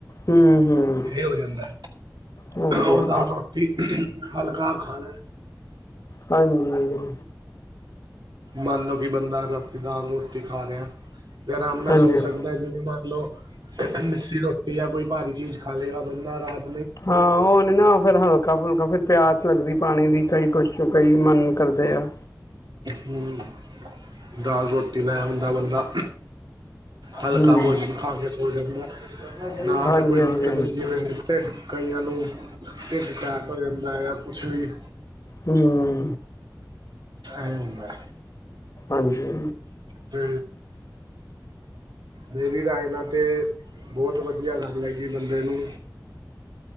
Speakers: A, on the left (about 45°); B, on the right (about 85°).
A: ਹਮ ਹਮ
B: ਇਹ ਹੋ ਜਾਂਦਾ
A: ਹਾਂਜੀ
B: ਉਹ
A: ਹਾਂਜੀ
B: ਦਾਲ ਰੋਟੀ ਹਲਕਾ ਖਾਣੈ
A: ਹਾਂਜੀ
B: ਮਨ ਲੋ ਕਿ ਬੰਦਾ ਰਾਤੀਂ ਦਾਲ ਰੋਟੀ ਖਾ ਰਿਹਾ ਵੀ ਆਰਾਮ ਨਾਲ
A: ਹਾਂਜੀ
B: ਸੋ
A: ਹਮ
B: ਸਕਦਾ ਜਿਵੇਂ ਮੰਨ ਲਓ ਮਿੱਸੀ ਰੋਟੀ ਯਾਂ ਕੋਈ ਭਾਰੀ ਚੀਜ਼ ਖਾ ਲਏਗਾ ਬਨਾ ਰਾਜ <unintelligible>
A: ਹਾਂ ਉਹ ਨੀ ਨਾ ਫੇਰ ਹਲਕਾ ਫੁਲਕਾ ਫੇਰ ਪਿਆਸ ਲੱਗਦੀ ਪਾਣੀ ਦੀ ਕਈ ਕੁਛ ਕਈ ਮਨ ਕਰਦੇ ਆ
B: ਹਮ ਦਾਲ ਰੋਟੀ ਲੈ ਆਉਂਦੈ ਬੰਦਾ ਹਲਕਾ
A: ਹੂੰ
B: ਭੋਜਨ ਖਾ ਕੇ ਸੋ ਜਾਂਦੈ
A: ਹਾਂਜੀ
B: ਨਾ ਤਾਂ ਕੋਈ
A: ਹਾਂਜੀ ਹਾਂਜੀ
B: ਦਿੱਕਤ ਹੁੰਦੀ ਜਿਵੇਂ ਢਿੱਡ ਕਈਆਂ ਨੂੰ ਢਿੱਡ ਟੈਕ ਹੋ ਜਾਂਦਾ ਯਾ ਅੱਛਾ ਜੀ
A: ਹਮ
B: ਐ ਹੁੰਦਾ
A: ਹਾਂਜੀ
B: ਤੇ ਮੇਰੀ ਰਾਏ ਨਾਲ ਤੇ ਬਹੁਤ ਵਧੀਆ ਗੱਲ ਹੈਗੀ ਬੰਦੇ ਨੂੰ